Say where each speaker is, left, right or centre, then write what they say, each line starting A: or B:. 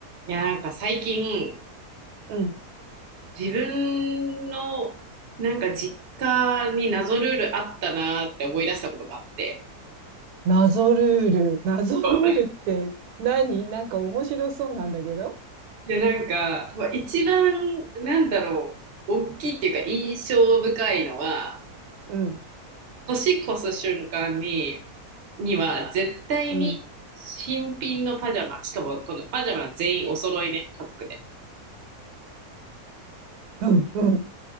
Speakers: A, on the right; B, on the right.
A: いや、なんか最近、
B: うん。
A: 自分のなんか実家に謎ルールあったなって思い出したことがあって。
B: 謎ルール。<laughs> 謎ルールって何なんか面白そうなんだけど。
A: <laughs> いや、なんか、ま、一番なんだろう、おっきいっていうか印象深いのは、
B: うん。
A: 年越す瞬間にには絶対に新品のパジャマ、
B: うん。
A: しかもこのパジャマ全員お揃いね、家族で。
B: うん。うん。